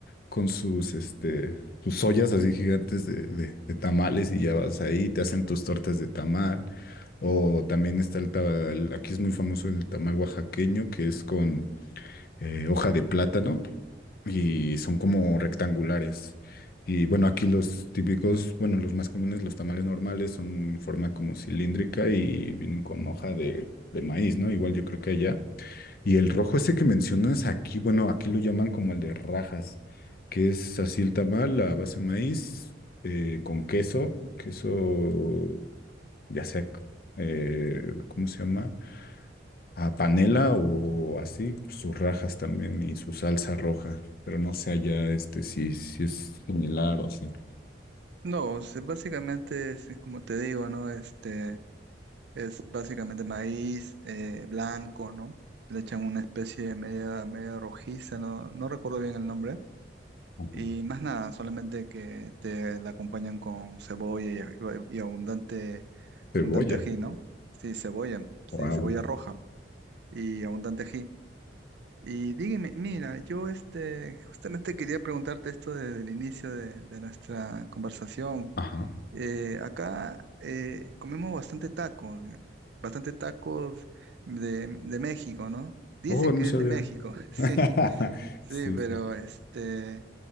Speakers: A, on the left (about 50°); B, on the right (about 65°).
A: con sus, este, sus ollas así gigantes de, de- de tamales y ya vas ahí, te hacen tus tortas de tamal. O también está el, ta- el- aquí es muy famoso el tamal oaxaqueño, que es con eh, hoja de plátano y son como rectangulares. Y bueno, aquí los típicos, bueno, los más comunes, los tamales normales, son en forma como cilíndrica y vienen con hoja de, de maíz, ¿no? Igual yo creo que allá. Y el rojo ese que mencionas aquí, bueno, aquí lo llaman como el de rajas, que es así el tamal, la base de maíz, eh, con queso, queso, ya sea, eh, ¿cómo se llama? a panela o así, sus rajas también y su salsa roja, pero no sé allá este si, si es similar o así.
B: No, se- básicamente, sí, como te digo, ¿no? Este, Es básicamente maíz eh, blanco, ¿no? Le echan una especie de media, media rojiza, no, no recuerdo bien el nombre.
A: Ajá.
B: Y más nada, solamente que te la acompañan con cebolla y, aj- y abundante,
A: Cebolla.
B: abundante ají, ¿no? Sí, cebolla,
A: Wow.
B: sí, cebolla roja y abundante ají. Y dígame, mira, yo este, justamente quería preguntarte esto desde el inicio de, de nuestra conversación.
A: Ajá.
B: Eh, acá eh, comemos bastante tacos, eh, bastante tacos de, de México, ¿no? Dicen
A: Oh, no
B: que
A: sabía.
B: es de México, <laughs> sí,
A: <laughs>
B: sí,
A: Sí,
B: pero
A: sí.
B: este,